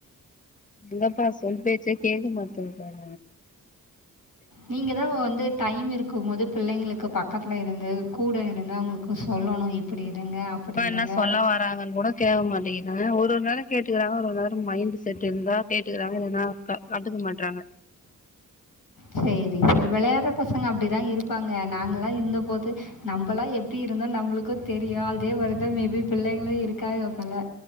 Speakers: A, on the left; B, on the left.
A: எங்கப்பா சொல் பேச்சே கேக்க மாட்துங்க பார
B: நீங்க தா ஒ வந்து டைம் இருக்கும் போது பிள்ளைங்களுக்கு பக்கத்துல இருந்து கூட இருந்து அவுங்களுக்கு சொல்லணு இப்படி இருங்க அப்படி
A: அம்மா
B: இருங்க
A: என்ன சொல்ல வறாங்கன்னு கூட கேக்க மாட்டேங்குதுங்க ஒரு நேரோ கேட்டுக்கறாங்க ஒரு நேரோ மைண்டு செட்டு இருந்தா கேட்டுக்கறாங்க இல்லனா க கண்டுக்க மாட்றாங்க
B: சேரி செ வெளையாட்ற பசங்க அப்டிதா இருப்பாங்க நாங்கலா இருந்தபோது நம்பல்லா எப்டி இருந்தோ நம்மளுக்கு தெரியு அதே மாரிதா மேபி பிள்ளைங்களு இருக்காங்க போல